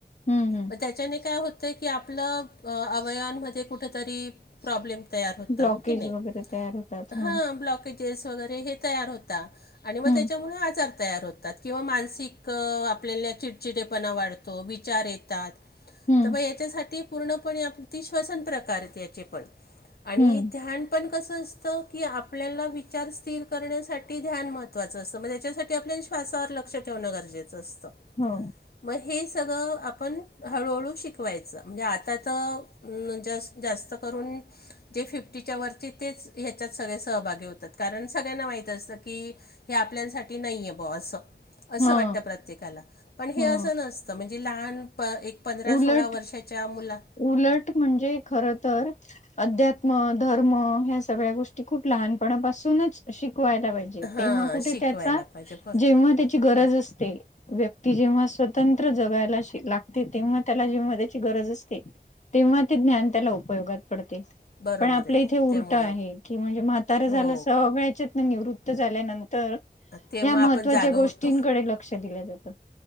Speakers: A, on the left; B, on the left.
A: हम्म हम्म
B: मग त्याच्याने काय होतंय, की आपलं अवयंमध्ये कुठतरी प्रॉब्लेम तर होतो
A: ब्लॉकेज
B: हो की नाही.
A: वगैरे तयार होतात
B: हा
A: ह
B: ब्लॉकेज केस वगैरे हे तयार होता. आणि मग
A: हम्म
B: त्याच्यामुळे आजार तयार होत किंवा मानसिक आपल्याला चिडचिडेपणा वाढतो विचार येतात.
A: हम्म
B: तर मग याच्यासाठी पूर्णपणे अगदी श्वसन प्रकार आहेत. याचे पण आणि
A: हम्म.
B: ध्यान पण कसं असतं की आपल्याला विचार स्थिर करण्यासाठी ध्यान मंत्र मग त्याच्यासाठी आपल्या श्वासावर लक्ष ठेवणं. गरजेच असत.
A: हो
B: मग हे सगळं आपण हळूहळू शिकवायच म्हणजे. आता तर मग जास् जास्त करून जे फिफ्टीच्या वरचे तेच ह्याच्यात सगळे सहभागी होतात. कारण सगळ्यांना माहित, असतं की हे आपल्यासाठी नाही आहे बा असं असं
A: हा
B: वाटतं प्रत्येकाला पण हे
A: हा
B: असं नसत. म्हणजे लहान प एक पंधरा
A: उलट
B: सोळा वर्षाच्या मुला च
A: उलट म्हणजे खर तर अध्यात्म धर्म ह्या सगळ्या गोष्टी खूप लहानपणापासूनच शिकवायला पाहिजे.
B: हां
A: तेंव्हा कुठे
B: शिकवायला
A: त्याचा
B: पाहिजे बरं
A: जेव्हा त्याची गरज
B: बरं
A: असते. व्यक्ती जेव्हा स्वतंत्र जगायला शि लागते तेव्हा त्याला जेव्हा त्याची गरज असते. तेव्हा ते ज्ञान त्याला उपयोगात पडते.
B: बरोबर
A: पण आपल्या
B: आहे
A: इथे उलट
B: त्यामुळे
A: आहे कि म्हणजे म्हातारा झालं
B: हो
A: सगळ्याच्यात न निवृत्त झाल्यानंतर
B: तेव्हा
A: ह्या महत्त्वाच्या
B: आपण जागं
A: गोष्टींकडे
B: होतो
A: लक्ष दिल जात.